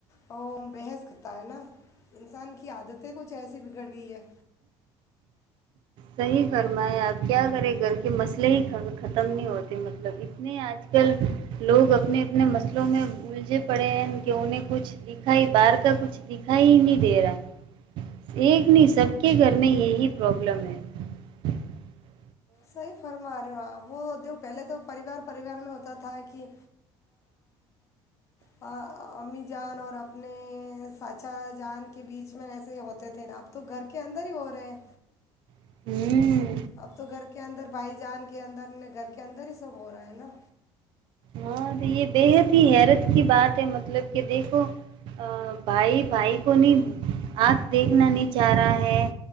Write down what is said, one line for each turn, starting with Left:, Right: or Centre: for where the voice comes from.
Left: وہ بحث کرتا ہے نا انسان کی عادتیں کچھ ایسی بگڑ گئی ہے
Right: صحیح فرمایا اب کیا کریں گھر کے مسئلے ہی ختم نہیں ہوتے مطلب اتنے آج کل لوگ اپنے اپنے مسئلوں میں الجے پڑے ہیں کہ انہیں کچھ دکھا ہی بار کا کچھ دکھا ہی نہیں دے رہا ہے ایک نہیں سب کے گھر میں یہی پرابلم ہے <inaudible>
Left: صحیح فرمایا وہ د پہلے تو پریوار پریوار میں ہوتا تھا کہ امی جان اور اپنے چاچا جان کے بیچ میں ایسے ہوتے تھے نا اب تو گھر کے اندر ہی ہو رہے ہیں
Right: ہوں
Left: اب تو گھر کے اندر بھائی جان کے اندر گھر کے اندر ہی سب ہو رہا ہے نا
Right: ہاں تو یہ بے حد ہی حیرت کی بات ہے مطلب کہ دیکھو بھائی بھائی کو نہیں آنکھ دیکھنا نہیں چاہ رہا ہے